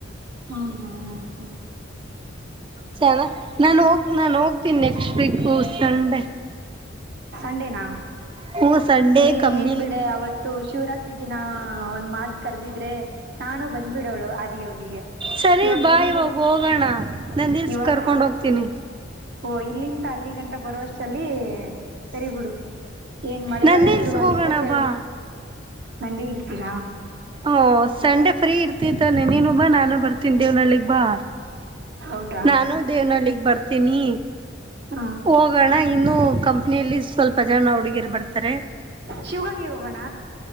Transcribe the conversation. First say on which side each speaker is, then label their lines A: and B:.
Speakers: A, on the right; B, on the right.
A: ಹಾ ಹಾ ಹಾ ಹಾ
B: ಚೆನ ನಾನನ್ ಹೋಗ ನಾನನ್ ಹೋಗ್ತೀನಿ ನೆಕ್ಸ್ಟ್ ವೀಕ್ ಸಂಡೆ
A: ಸಂಡೇನಾ
B: ಹ್ಞೂ ಸಂಡೇ
A: ನೀನ್
B: ಕಂಪ್ನಿಲಿ
A: ಏನ್ ಬಿಡ ಅವತ್ತು ಶಿವರಾತ್ರಿ ದಿನ ಒಂದ್ ಮಾತ್ು ಕರೆದಿದ್ರೆ ನಾನು ಬಂದ್ಬಿಡೋಳು ಆದಿಯೋಗಿಗೆ
B: ಸರಿ
A: ಇವಾಗ
B: ಬಾಯ್
A: ಹೆಂಗು
B: ಒೋಗ ಹೋಗೋಣ ನಂದ ದಲ್ಸ
A: ಇವಾಗ
B: ಕರ್ಕೊಂಡ್ ಹೋಗ್ತೀನಿ
A: ಓ ಇಲ್ಲಿಂತ ಅಲ್ಲಿ ಗಂಟ ಬರೋಷ್ಟಲ್ಲಿ ಸರಿ ಬಿಿಡು ಏನ್ ಮಳೆಗಾಲ
B: ನಂದಿಲ್ಸ್ಗ್
A: ಶುರುವಾಗಿತ್ತ
B: ಹೋಗೋಣ
A: ಚ
B: ಬಾ
A: ನಂದಿ ಇಲ್ಸರಾ
B: ಹ ಸಂಡೆ ಫ್ರೀ ಇರ್ತ ತಾನೆ ನೀನು ಬಾ ನಾನು ಬರ್ತನ್ ದೇವ್ನಲ್ಲಿಗ್ ಬಾ
A: ಹೌದಾ
B: ನಾನು ದೇವನಹಳ್ಳಗ್ ಬರ್ತೀನಿ
A: ಹಾಂ
B: ಹೋಗೋಣ ಇನ್ನು ಕಂಪ್ನಿಯಲ್ಲಿ ಸ್ವಲ್ಪ ಜನ ಹುಡುಗೀರ್ ಬರ್ತಾರೆ
A: ಶಿವಗಂಗೆ ಹೋಗೋಣ